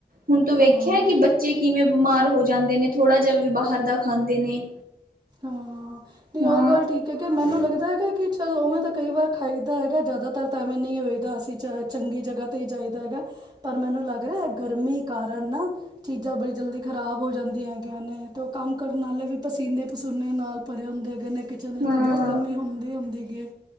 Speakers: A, on the right; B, on the right.
A: ਹੁਣ ਤੂੰ ਵੇਖਿਆ
B: ਹਾਂ
A: ਕਿ ਬੱਚੇ ਕਿਵੇਂ ਬਿਮਾਰ ਹੋ ਜਾਂਦੇ ਨੇ ਥੋੜ੍ਹਾ ਜਿਹਾ ਵੀ ਬਾਹਰ ਦਾ ਖਾਂਦੇ ਨੇ
B: ਹਾਂ ਨਹੀਂ
A: ਹਾਂ
B: ਉਹ ਗੱਲ ਠੀਕ ਹੈਗੀ ਮੈਨੂੰ ਲੱਗਦਾ ਹੈਗਾ ਕਿ ਚੱਲ ਉਵੇਂ ਤਾਂ ਕਈ ਵਾਰ ਖਾਈਦਾ ਹੈਗਾ ਜ਼ਿਆਦਾਤਰ ਤਾਂ ਐਵੇਂ ਨਹੀਂ ਹੋਇਦਾ ਅਸੀਂ ਚ ਚੰਗੀ ਜਗ੍ਹਾ ਤੇ ਖਾਈਦਾ ਹੈਗਾ ਪਰ ਮੈਨੂੰ ਲੱਗ ਰਿਹਾ ਏ ਗਰਮੀ ਕਾਰਨ ਨਾ ਚੀਜ਼ਾਂ ਬੜੀ ਜਲਦੀ ਖ਼ਰਾਬ ਹੋ ਜਾਂਦੀਆਂ ਹੈ ਜਿਆਨ ਨੇ <unintelligible> ਅਤੇ ਉਹ ਕੰਮ ਕਰਨ ਵਾਲੇ ਵੀ ਪਸੀਨੇ ਪਸੀੂਨੇ ਨਾਲ ਭਰੇ ਹੁੰਦੇ ਹੈਗੇਏ ਨੇ ਕਿਚਨ ਵਿੱਚ
A: ਹਾਂ,
B: ਤਾਂ ਬਹੁਤ ਗਰਮੀ ਹੁੰਦੀ ਹੁੰਦੀ